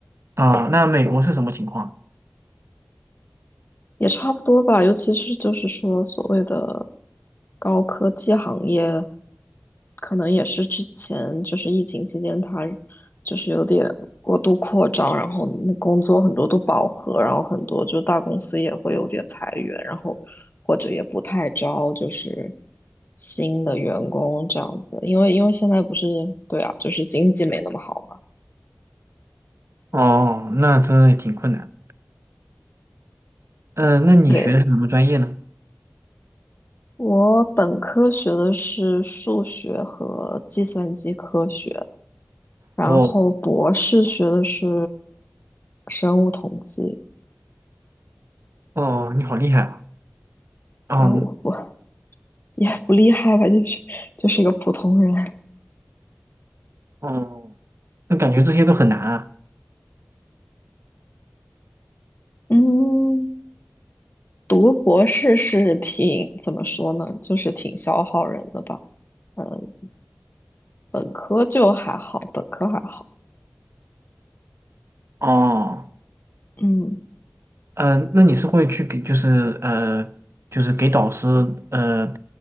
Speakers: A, on the right; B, on the left.
A: 啊。那美国是什么情况？
B: 也差不多吧，尤其是就是说所谓的高科技行业，可能也是之前就是疫情期间它就是有点过度扩张，然后那工作很多都饱和，然后很多就大公司也会有点裁员，然后或者也不太招就是新的员工这样子，因为因为现在不是对啊，就是经济没那么好嘛。
A: 哦，那真的挺困难。嗯、那你学的是什么专业呢？
B: 对，我本科学的是数学和计算机科学，然后博士学的是
A: 哦
B: 生物统计
A: 哦，你好厉害啊！哦
B: 啊，我不也不厉害吧，就是就是一个普通人。
A: 哦。那感觉这些都很难啊。
B: 嗯，读博士是挺怎么说呢，就是挺消耗人的吧。嗯，本科就还好，本科还好。
A: 哦，
B: 嗯。
A: 嗯，那你是会去给就是呃就是给导师呃